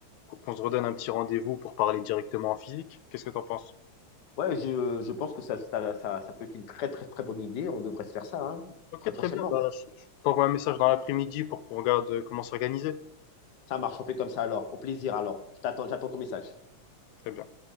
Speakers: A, on the left; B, on the left.
A: qu'on qu'on se redonne un petit rendez-vous pour parler directement en physique. Qu'est-ce que t'en penses?
B: Ouais, je, je pense que ça, ça, ça, ça peut être une très, très, très bonne idée. On devrait se faire ça, hein,
A: Ok,
B: très
A: très
B: prochainement.
A: bien. Bah, je je t'envoie un message dans l'après-midi pour qu'on regarde euh, comment s'organiser.
B: Ça marche, on fait comme ça alors. Au plaisir alors. Je t'attends, j'attends ton message.
A: Très bien.